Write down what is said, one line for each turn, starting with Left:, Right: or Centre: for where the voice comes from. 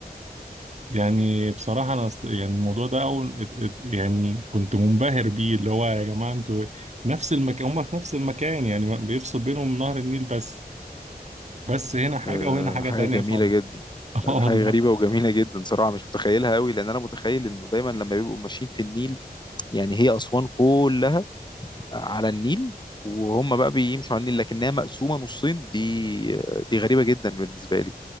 Right: يعني بصراحة انا است... يعني الموضوع ده اول ات- ات- يعني كنت منبهر بيه اللي هو يا جماعة انتوا نفس المكان هما في نفس المكان يعني ما- بيفصل بينهم نهر النيل بس بس هنا حاجة
Left: آه
Right: وهنا حاجة
Left: حاجه
Right: تانية
Left: جميله
Right: خالص
Left: جدا
Right: <laughs>
Left: لا،
Right: اه
Left: دي حاجه
Right: والله
Left: غريبه وجميله جدا صراحه مش متخيلها قوي لان انا متخيل انه دايما لما بيبقوا ماشيين في النيل يعني هي اسوان كل على النيل وهم بقى بيمشوا على النيل لكنها مقسومة نصين دي دي غريبة جدا بالنسبة لي